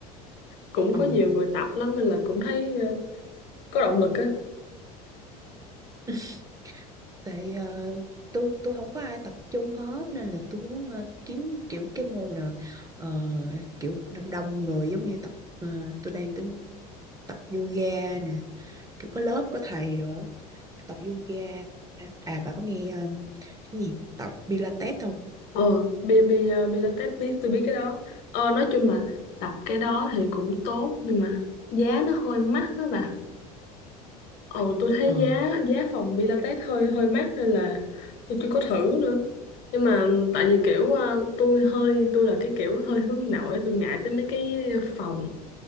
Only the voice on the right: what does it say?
Ờ,
<laughs> tại ờ, tôi tôi không có ai tập chung hết nên là tôi muốn ờ, kiếm kiểu cái môn là ờ, kiểu đông đông người giống như tập ờ, tôi đang tính tập yoga nè, kiểu có lớp có thầy nữa, tập yoga. À bà có nghe ờ, cái gì tập Pilates không?
Ờ.